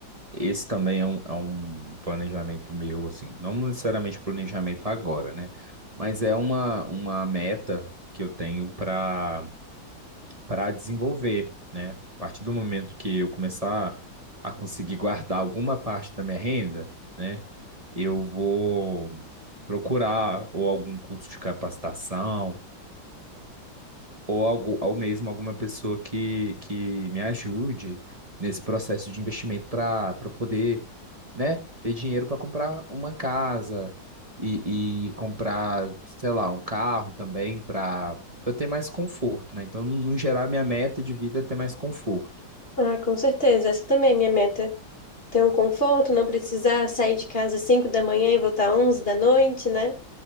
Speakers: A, on the right; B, on the left.
A: Esse também é um, é um planejamento meu, assim, não necessariamente planejamento agora, né? Mas é uma, uma meta que eu tenho para para desenvolver, né? A partir do momento que eu começar a conseguir guardar alguma parte da minha renda, né? Eu vou procurar ou algum curso de capacitação ou algo, ou mesmo alguma pessoa que, que me ajude nesse processo de investimento para para poder né, ter dinheiro para comprar uma casa e, e comprar, sei lá, um carro também para eu ter mais conforto, né? Então, no geral, minha meta de vida é ter mais conforto.
B: Ah, com certeza. Essa também é minha meta. Ter um conforto, não precisar sair de casa às 5 da manhã e voltar às 11 da noite, né?